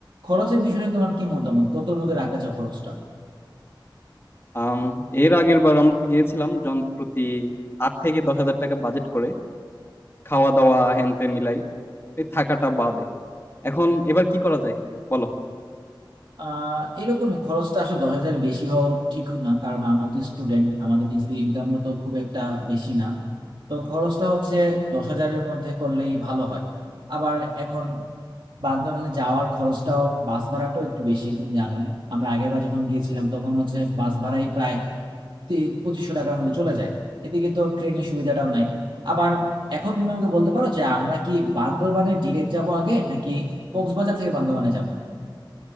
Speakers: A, on the right; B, on the left.
A: খরচের বিষয়ে তোমার কি মতামত কতর মধ্যে রাখতে চাও খরচটা
B: আম, এর আগের বার আমরা গিয়েছিলাম জন প্রতি আট থেকে দশ হাজার টাকা বাজেট করে খাওয়া দাওয়া হ্যান ত্যান মিলাই এই থাকাটা বাদে এখন এবার কি করা যায় বলো
A: আহ এরকম খরচটা আসলে দশ হাজারের বেশি হওয়া ঠিক না কারণ আমরা তো স্টুডেন্ট আমাদের নিজেদের ইনকামও তো খুব একটা বেশি না তো খরচটা হচ্ছে দশ হাজারের মধ্যে করলেই ভালো হয় আবার এখন বান্দরবানে যাওয়ার খরচটাও বাস ভাড়াটাও একটু বেশি তুমি জানোই আমরা আগের বার যখন গিয়েছিলাম তখন হচ্ছে বাস ভাড়াই প্রায় তি- পঁচিশশো টাকার মতো চলে যায় এদিকে তো ট্রেনের সুবিধাটাও নাই আবার এখন তুমি আমাকে বলতে পারো যে আমরা কি বান্দরবানে ডিরেক্ট যাব আগে নাকি কক্সবাজার থেকে বান্দরবানে যাব